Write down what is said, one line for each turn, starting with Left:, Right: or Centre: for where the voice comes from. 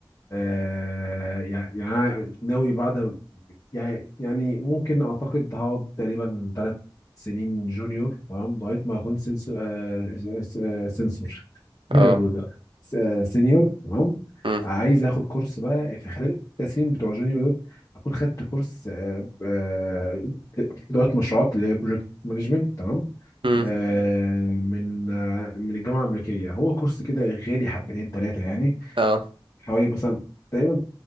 Left: آه يعني يعني أنا ناوي بعد يعني يعني ممكن اعتقد هقعد تقريبا ثلاث سنين جونيور تمام لغايه ما اكون سنسور آه س- آه سنسور <laughs> ايه
Right: اه
Left: ده هو ده <laughs> س- آه، سينيور تمام
Right: مم.
Left: عايز اخد كورس بقى في خلال الثلاث سنين بتوع جونيور دول اكون خدت كورس آه، آه، اداره مشروعات اللي هي بروجكت مانجمنت تمام
Right: مم.
Left: آه، من آه، من الجامعه الامريكيه هو كورس كده غالي حبتين ثلاثه يعني
Right: اه
Left: حوالي مثلا تقريبا